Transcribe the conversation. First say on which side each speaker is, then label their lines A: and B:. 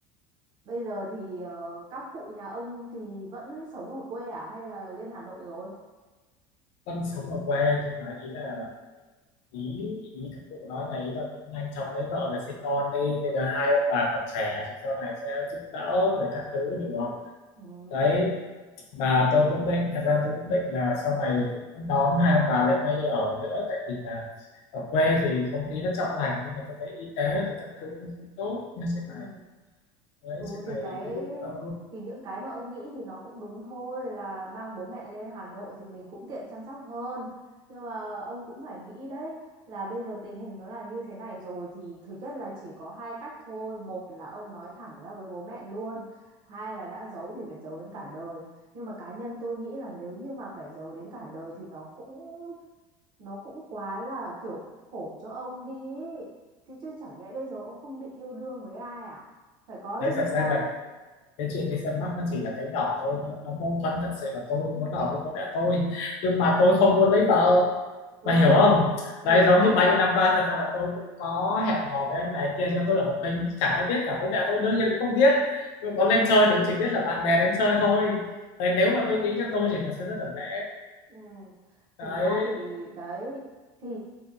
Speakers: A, on the right (about 40°); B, on the left (about 55°).
A: bây giờ thì ờ, các cụ nhà ông thì vẫn sống ở quê à hay là lên Hà Nội rồi
B: con sống ở quê nhưng mà ý là ý ý các cụ nói là ý là cũng nhanh chóng lấy vợ để sinh con đi bây giờ hai ông bà còn trẻ thì sau này sẽ giúp đỡ rồi các thứ được không
A: ừ.
B: đấy và tôi cũng định thật ra tôi cũng định là sau này cũng đón hai ông bà lên đây ở nữa tại vì là ở quê thì không khí nó trong lành nhưng mà tôi thấy y tế thì các thứ nó không tốt như thế
A: Ừ.
B: này đấy
A: Ừ
B: thế
A: thì
B: này
A: cái
B: ví dụ ờ,
A: thì những cái mà ông nghĩ thì nó cũng đúng thôi là mang bố mẹ lên Hà Nội thì mình cũng tiện chăm sóc hơn. Nhưng mà ông cũng phải nghĩ đấy là bây giờ tình hình nó là như thế này rồi thì thứ nhất là chỉ có hai cách thôi, một là ông nói thẳng ra với bố mẹ luôn, hai là đã giấu thì phải giấu đến cả đời. Nhưng mà cá nhân tôi nghĩ là nếu như mà phải giấu đến cả đời thì nó cũng nó cũng quá là kiểu khổ cho ông đi ý. Thì chứ chẳng nhẽ bây giờ ông không định yêu đương với ai à? Phải có
B: đấy
A: chứ đúng
B: thật ra
A: không?
B: là cái chuyện đi xem mắt nó chỉ là cái nhỏ thôi nó, nó mâu thuẫn thật sự là tôi muốn ở với bố mẹ tôi nhưng mà tôi không muốn lấy vợ
A: ừ
B: mà hiểu không
A: hiểu
B: đấy giống như bao nhiêu năm qua thật ra là tôi cũng có hẹn hò với anh này kia nhưng mà tôi ở một mình chẳng ai biết cả bố mẹ tôi đương nhiên cũng không biết nhưng mà có lên chơi thì cũng chỉ biết là bạn bè đến chơi thôi đấy, nếu mà tôi nghĩ cho tôi thì nó sẽ rất là dễ
A: ừ. thực
B: đấy
A: ra thì đấy thì